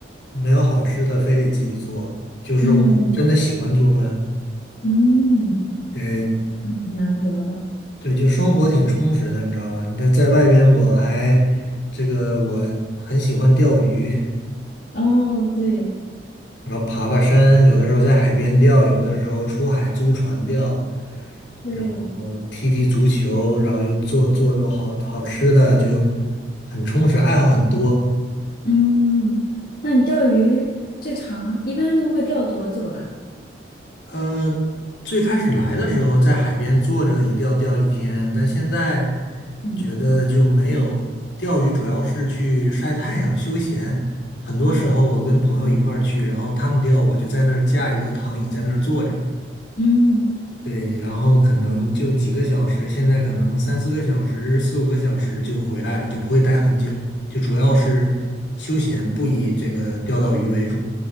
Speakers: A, on the left (about 80°); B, on the left (about 55°).
A: 没有好吃的，非得自己做，就是我真的喜欢做饭。
B: 嗯嗯，
A: 对
B: 很难得的。
A: 对，就生活挺充实的，你知道吧？你看在外边，我还这个我很喜欢钓鱼，
B: 哦，对
A: 然后爬爬山，有的时候在海边钓，有的时候出海租船钓，
B: 对，
A: 然后踢踢足球，然后又做做做好好吃的，就很充实，爱好很多。
B: 嗯，那你钓鱼最长一般都会钓多久啊？
A: 呃，最开始来的时候在海边坐着一钓钓一天，但现在
B: 嗯，
A: 觉得就没有钓鱼，主要是去晒太阳休闲。很多时候我跟朋友一块儿去，
B: 对，
A: 然后他们钓，我就在那儿架一个躺椅在那儿坐着。
B: 嗯
A: 对，然后可能就几个小时，现在可能三四个小时、四五个小时就回来了，就不会待很久，就主要是休闲，不以这个钓到鱼为主。